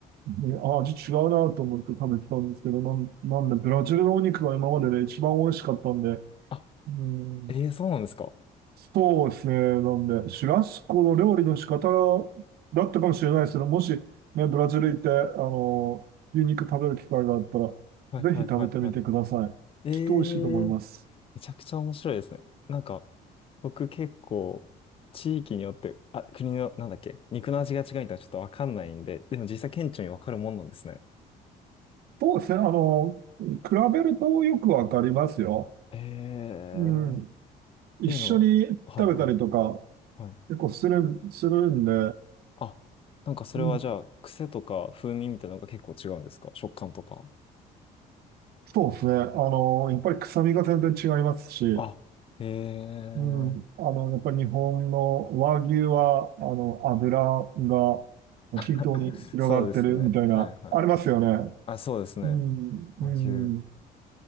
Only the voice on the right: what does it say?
ね、味違うなと思って食べてたんですけど、なん、なんで、ブラジルのお肉が今までで一番美味しかったんで、
うん。
そうですね。なんで、シュラスコの料理の仕方だったかもしれないですけど、もし、ね、ブラジル行って、あの、牛肉食べる機会があったら、
ぜひ食べてみてください。
きっと美味しいと思います。
そうですね。あの、比べるとよくわかりますよ。
うん。
一緒に食べたりとか、
結構する、するんで、
うん、
そうですね。あの、やっぱり臭みが全然違いますし、
うん。あの、やっぱり日本の和牛は、あの、油が均等に広がってるみたいな、
ありますよね。
うん、
うん、